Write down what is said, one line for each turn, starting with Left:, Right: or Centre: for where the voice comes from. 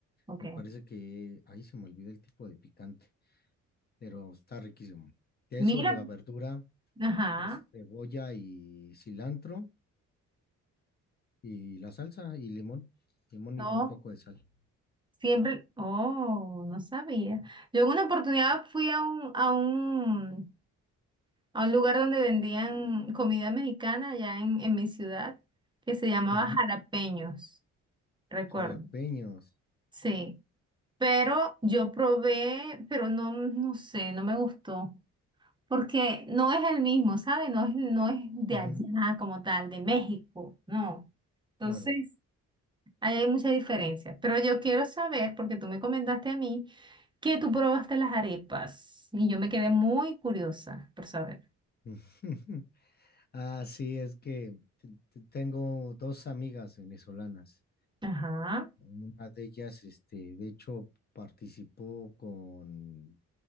Right: Ok.
Left: Me parece que ahí se me olvidó el tipo de picante, pero está riquísimo. De
Right: Mira,
Left: Eso lleva verdura,
Right: ajá.
Left: que es cebolla y cilantro y la salsa y limón, limón
Right: No,
Left: y un poco de sal.
Right: siempre, oh, no sabía. Yo en una oportunidad fui a un, a un, a un lugar donde vendían comida mexicana allá en, en mi ciudad, que se llamaba
Left: Ujú.
Right: Jalapeños, recuerdo.
Left: Jalapeños.
Right: Sí, pero yo probé, pero no, no sé, no me gustó, porque no es el mismo, ¿sabes? No es, no es de
Left: Ujú,
Right: allá como tal, de México, no. Entonces,
Left: claro.
Right: ahí hay muchas diferencias, pero yo quiero saber, porque tú me comentaste a mí, que tú probaste las arepas y yo me quedé muy curiosa por saber.
Left: <laughs> Ah, sí, es que t- tengo dos amigas venezolanas.
Right: Ajá.
Left: Una de ellas, este, de hecho, participó con